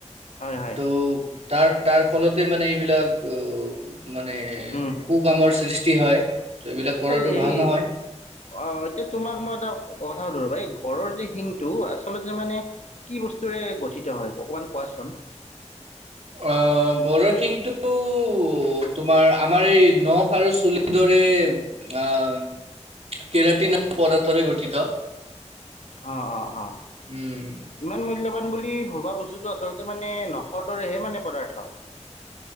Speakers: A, on the left; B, on the right.
A: হয় হয়
B: ত' তাৰ তাৰ ফলতে মানে এইবিলাক অ মানে
A: উম
B: কু কামৰ সৃষ্টি হয় ত এইবিলাক কৰাটো
A: এই হেৰি
B: ভাল নহয়।
A: অ এতিয়া তোমাক মই এটা কথা ৰবা এই ঘৰৰ যে শিংটো আচলতে মানে কি বস্তুৰে গঠিত হয় অকমান কোৱাচোন
B: অ গড়ৰ শিংটো অ তোমাৰ আমাৰ এই নখ আৰু চুলিৰ দৰে আহ কেৰাটীনা পদাৰ্থৰে গঠিত
A: অ অ অ
B: উম
A: ইমান মূল্যবান বুলি ভবা বস্তু আচলতে মানে নসদৰেহে মানে পদাৰ্থ